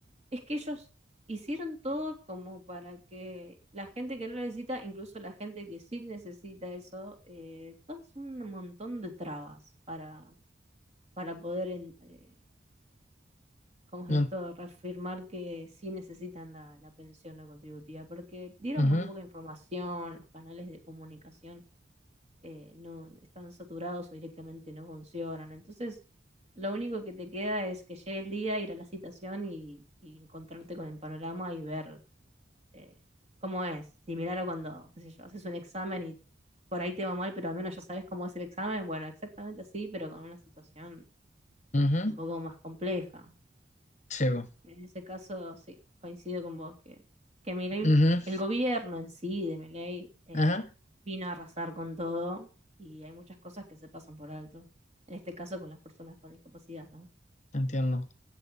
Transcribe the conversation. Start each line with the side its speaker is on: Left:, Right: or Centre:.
Right: es que ellos hicieron todo como para que la gente que no lo necesita, incluso la gente que sí necesita eso, eh, todo es un montón de trabas para, para poder, en- eh, ¿cómo es
Left: No,
Right: esto?, reafirmar que sí necesitan la, la pensión no contributiva, porque dieron
Left: ujú,
Right: muy poca información, los canales de comunicación eh, no están saturados o directamente no funcionan. Entonces, lo único que te queda es que llegue el día, ir a la citación y, y encontrarte con el panorama y ver eh, cómo es. Similar a cuando, qué sé yo, haces un examen y por ahí te va mal, pero al menos ya sabes cómo es el examen. Bueno, exactamente así, pero con una situación
Left: ujú,
Right: un poco más compleja.
Left: sí, po,
Right: En ese caso, sí, coincido con vos que, que Milei,
Left: ujú,
Right: el gobierno en sí de Milei eh,
Left: ajá,
Right: vino a arrasar con todo y hay muchas cosas que se pasan por alto. En este caso con las personas con discapacidad, ¿no?
Left: entiendo.